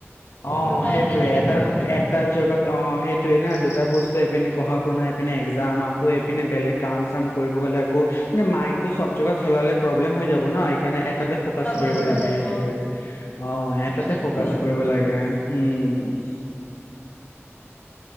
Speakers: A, on the left; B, on the left.
A: অ
B: দুটা
A: সেইটোয়ে
B: একেলগে
A: এটা
B: নহয়
A: এটা জগত অ সেইটোয়ে না দুটা বস্তু এইপিনে পঢ়া শুনা এইপিনে এক্জাম আকৌ এইপিনে বেলেগ কাম চাম কৰিব গ'লে আকৌ মানে মাইণ্ডতটো চব জগাত চলালে প্ৰব্লেম হৈ যাব ন সকাৰণে এটাতে ফকাচ
B: প্ৰব্লেম
A: কৰিব
B: হৈ
A: লাগে
B: যাব
A: সেইটোয়ে অ এটাতে
B: সেইটোৱে
A: ফকাচ কৰিব লাগে উম